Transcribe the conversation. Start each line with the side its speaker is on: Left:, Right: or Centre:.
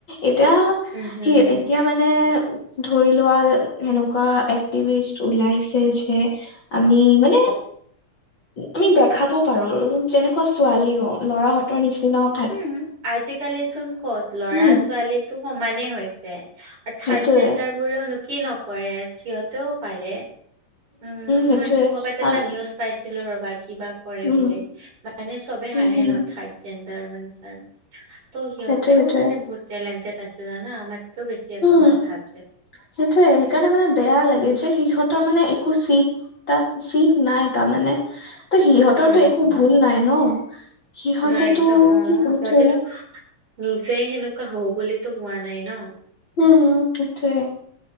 Left: এতিয়া
Right: উম হম
Left: সি
Right: হম
Left: এতিয়া মানে মানে ধৰি লোৱা সেনেকুৱা এক্টিভিষ্ট ওলাইছে যে আমি মানে আমি দেখাব পাৰো যেনেকুৱা ছোৱালীও ল'ৰাহঁতৰ নিচিনা
Right: উম আজিকালি চোন ক'ত ল'ৰা
Left: উম
Right: ছোৱালী টো সমানেই হৈছে, থাৰ্ড
Left: সেইটোয়ে
Right: জেনডাৰ বোৰনো কি নকৰে সিহতেও পাৰে উম
Left: সেইটোয়ে
Right: মই এইটো কৰ'বাত
Left: উম
Right: এটা নিউজ পাইছিলো ৰবা কিবা কৰে
Left: উম
Right: বুলি মানে চবে
Left: হম
Right: হাঁহে ন থাৰ্ড জেণ্ডাৰ মানে ছাৰ। ত' সিহঁতেও
Left: সেইটোয়ে সেইটোয়ে
Right: মানে বহুত টেলেণ্টেড আছে জানা আমাতকেও বেছি সিহঁতৰ
Left: উম
Right: মাথা আছে।
Left: সেইটোয়ে সেইকাৰণে মানে বেয়া লাগে যে সিহঁতৰ মানে একো চিট তাত চিট নাই তাৰমানে ত সিহঁতৰ
Right: উম,
Left: তটো একো
Right: হম,
Left: ভুল নাই ন সিহঁতেতটো
Right: নাইতো অ'
Left: কি কৈ
Right: সিহঁতেতো
Left: থয়ে
Right: নিজে সেনেকুৱা হও বুলিতো হোৱা নাই ন
Left: উম সেইটোয়ে